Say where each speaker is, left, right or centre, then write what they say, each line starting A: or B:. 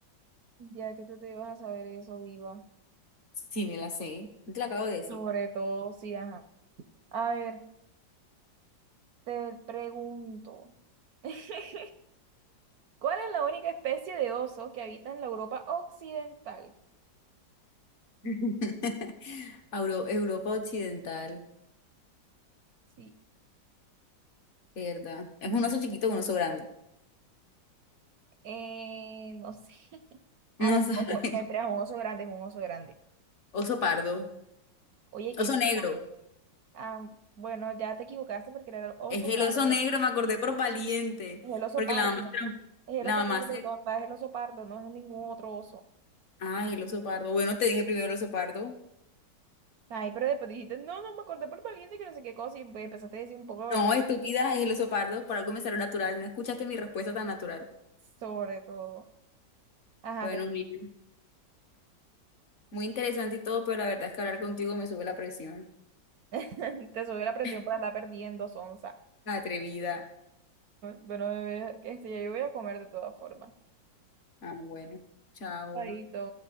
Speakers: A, on the right; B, on the left.
A: Ya que tú te ibas a saber eso, viva.
B: Sí, me la sé. No te la acabo de decir.
A: Sobre todo, sí, ajá. A ver, te pregunto. <laughs> ¿Cuál es la única especie de oso que habita en la Europa occidental?
B: <laughs> Auro- Europa Occidental,
A: Sí,
B: ¿verdad? Es un oso chiquito con un oso grande.
A: eh, no sé. <laughs>
B: No
A: Ah, no,
B: sabe.
A: oso, me entré a un oso grande, es un oso grande.
B: <laughs> Oso pardo.
A: Oye, qué
B: Oso
A: vida.
B: negro.
A: Ah, bueno, ya te equivocaste porque era el oso
B: Es el
A: pardo.
B: oso negro, me acordé por valiente,
A: Es el oso
B: porque
A: pardo.
B: la mamá, se lo-
A: Es el
B: la
A: oso
B: mamá
A: pardo,
B: se...
A: tonta. Es el oso pardo, no es ningún otro oso.
B: Ah, el oso pardo. Bueno, te dije primero el oso pardo.
A: Ay, pero después dijiste, no, no, me acordé por valiente que no sé qué cosa y pues, empezaste a decir un poco de barba.
B: No, estúpida, es el oso pardo. Por algo me salió natural. No escuchaste mi respuesta tan natural.
A: Sobre todo. Ajá,
B: Bueno,
A: te,
B: mira, muy interesante y todo, pero la verdad es que hablar contigo me sube la presión.
A: <laughs> te subió la presión
B: <laughs>
A: por andar perdiendo, sonza. <laughs>
B: Atrevida.
A: Bueno, bebé, este, ya yo voy a comer de todas formas.
B: Ah, bueno. Chao.
A: Chaito.